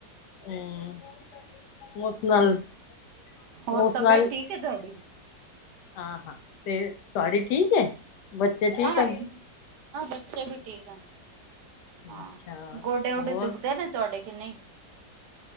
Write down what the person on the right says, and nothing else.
ਹੋਰ ਤਬੀਅਤ ਠੀਕ ਹੈ ਤੁਹਾਡੀ
ਹਾਂ
ਹਾਂ ਬੱਚੇ ਵੀ ਠੀਕ ਹਨ
ਹਾਂ ਗੋਡੇ ਗੁਡੇ
ਦੁਖਦੇ ਨੇ ਤੁਵਾਡੇ <unintelligible>